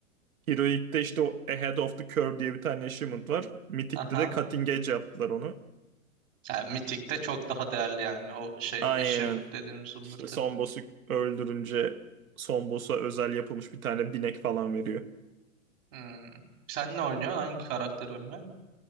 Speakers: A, on the right; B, on the right.
A: Heroic'te işte o Ahead of the Curve diye bir tane achievement var. Mythic'te
B: Aha.
A: de Cutting Edge yaptılar onu.
B: Yani Mythic'te çok daha değerli yani o şey
A: Aynen.
B: achievement dediğimiz zımbırtı.
A: İşte son boss'u öldürünce son boss'a özel yapılmış bir tane binek falan veriyor.
B: Hmm. Sen ne oynuyorsun? Hangi karakteri oynuyorsun?